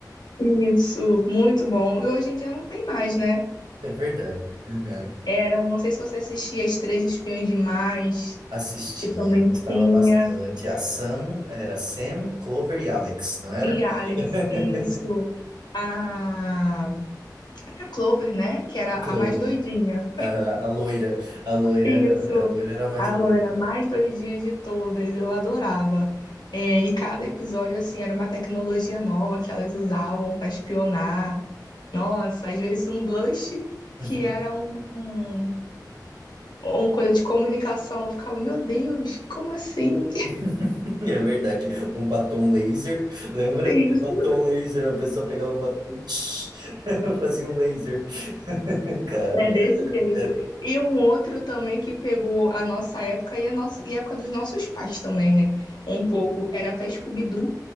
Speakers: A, on the left; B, on the right.
A: Isso, muito bom. E hoje em dia não tem mais, né?
B: É verdade. Uhum.
A: Eram, não sei se você assistia As Três Espiãs Demais,
B: Assistia,
A: que também
B: gostava
A: tinha.
B: bastante. A Sam, era Sam, Clover e Alex, não era?
A: E Alex,
B: <laughs>
A: isso. A era Clover, né? Que era
B: A
A: a
B: Clover,
A: mais doidinha.
B: a, a loira, a loira,
A: Isso.
B: a loira era a mais
A: A
B: doida.
A: loira mais doidinha de todas. Eu adorava. É, e cada episódio, assim, era uma tecnologia nova que elas usavam para espionar. Nossa, às vezes um blush que
B: Uhum.
A: era um, um- uma coisa de comunicação. Eu ficava, meu Deus, como assim? <laughs>
B: <laughs> É verdade. Um batom laser, lembra?
A: Isso.
B: O batom laser, a pessoa pegava o batom, <laughs> fazia um laser. <laughs> Cara,
A: É desse jeito.
B: cara.
A: E um outro também que pegou a nossa época e a, nossa, e a época dos nossos pais também, né? Um pouco. Era até Scooby-Doo,